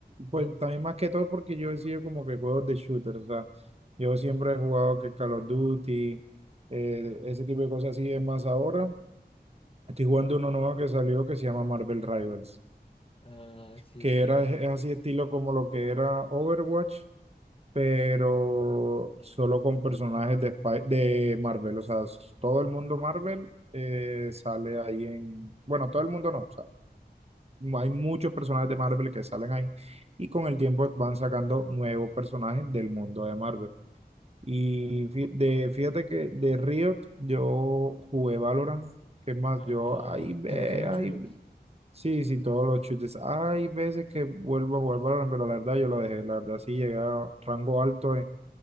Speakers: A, on the left; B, on the right.
A: ¿No?
B: Pues también más que todo porque yo he sido como que juegos de shooter, o sea, yo siempre he jugado que Call of Duty, eh, ese tipo de cosas así. Es más, ahora estoy jugando uno nuevo que salió que se llama Marvel Rivals,
A: Ah, sí
B: que
A: me suena.
B: era es así estilo como lo que era Overwatch pero solo con personajes de, Spy- de Marvel. O sea, s- todo el mundo Marvel eh, sale ahí en... Bueno, todo el mundo no. O sea, hay muchos personajes de Marvel que salen ahí y con el tiempo van sacando nuevos personajes del mundo de Marvel. Y fí- de, fíjate que de Riot yo jugué Valorant. ¿Qué más?
A: Ah,
B: Yo, ahí ve,
A: ¿te gustan los
B: ahí
A: shooters?
B: ve. Sí, sí, todos los chutes. Hay veces que vuelvo a jugar Valorant, pero la verdad yo lo dejé. La verdad sí llegué a rango alto